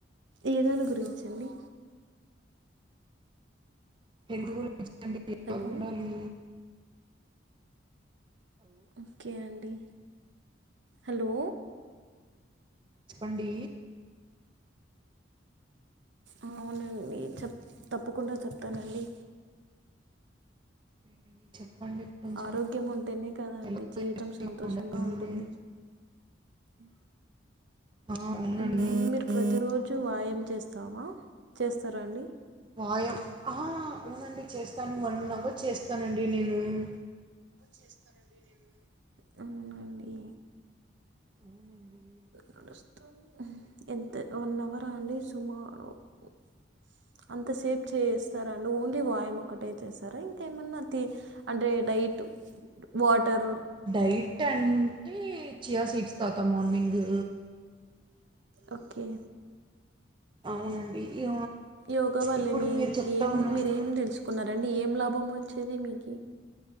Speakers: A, on the right (about 65°); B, on the right (about 25°).
A: ఏదాని గురించండి
B: హెల్త్ గురించి అంటే ఎలాగుండాలి
A: హలో ఓకే అండి హలో
B: చెప్పండీ
A: ఆ అవునండి చెప్ తప్పకుండా చెప్తానండి
B: ఏండి చెప్పండి కొంచెం
A: ఆరోగ్యం ఉంటేనే కదా అండి
B: ఎలా
A: జీవితం సంతోషంగా
B: ఉండాలి
A: ఉంటుంది అ
B: ఆ అవునండి
A: ఉమ్ మీరు ప్రతిరోజు వాయం చేస్తావా చేస్తారండి
B: వాయం ఆ అవునండి చేస్తాను వన్ అవర్ చేస్తానండి నేను ఉమ్మ్
A: చేస్తానండి నేను అవున అండి
B: అవునండి
A: నడుస్తా ఎంత వన్ అవరా అండి సుమారు టాక్ అంతసేపు చేస్తారా అండి ఓన్లీ వాయం ఒకటే చేస్తారా ఇంకేమన్నా తీ అంటే డైట్ వాటరు
B: డైట్ అంటే చీయ్య సీట్స్ తాగ్త మార్నింగు
A: ఓకే
B: అవునండి ఇగ
A: ఈ యోగా వల్లే
B: ఇప్పుడు
A: మీరీకేం
B: మీరు చెప్తా ఉన్నారు
A: మీరేం తెలుసుకున్నారండి ఏం లాభం హోమ్ వచ్చేది మీకి